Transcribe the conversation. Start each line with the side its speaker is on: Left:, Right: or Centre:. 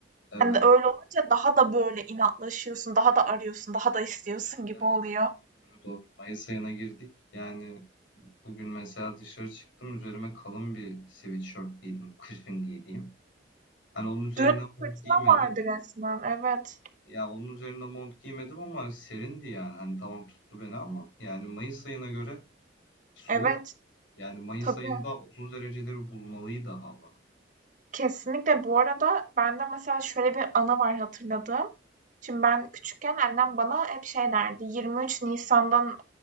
Left: evet
Right: Hani de öyle olunca daha da böyle inatlaşıyorsun, daha da arıyorsun, daha da istiyorsun gibi
Left: evet
Right: oluyor.
Left: evet doğru doğru. Mayıs ayına girdik. Yani bugün mesela dışarı çıktım üzerime kalın bir sweatshirt giydim. Kışın giydiğim. Hani onun üzerine
Right: Dün
Left: mont
Right: fırtına
Left: giymedim.
Right: vardı resmen. Evet.
Left: Ya onun üzerine mont giymedim ama serindi yani. Hani tamam tuttu beni ama yani Mayıs ayına göre soğuk.
Right: Evet.
Left: Yani Mayıs
Right: Tabii.
Left: ayında 30 dereceleri bulmalıydı hava.
Right: Kesinlikle bu arada bende mesela şöyle bir anı var hatırladığım. Şimdi ben küçükken annem bana hep şey derdi. 23 Nisan'dan